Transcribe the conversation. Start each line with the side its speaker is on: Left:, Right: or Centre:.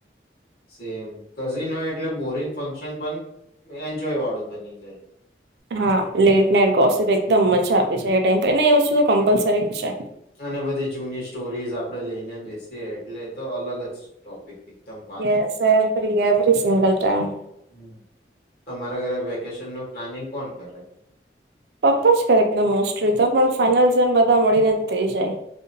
Left: સેમ કઝ ન હોય એટલે બોરિંગ ફંક્શન પણ એન્જોય વાળું બની જાય.
Right: હા લેટ નઈટ ગોસ એકદમ મજા આપી છે એ ટાઈમને એ વસ્તુ તો કમ્પલસરી જ છે.
Left: અને બધી જૂની સ્ટોરીઝ આપણે લઈને બેસીએ એટલે તો અલગ ટોપિક જ એકદમ વાત
Right: as
Left: જ
Right: every every. Single time.
Left: હમ્મ તમારા ઘરે વેકેશન નું પ્લાનિંગ કોણ કરે?
Right: પપ્પા જ કરે એકદમ મોસ્ટલી તો પણ ફાઈનલ ઝન બધા મળીને થઇ જાય.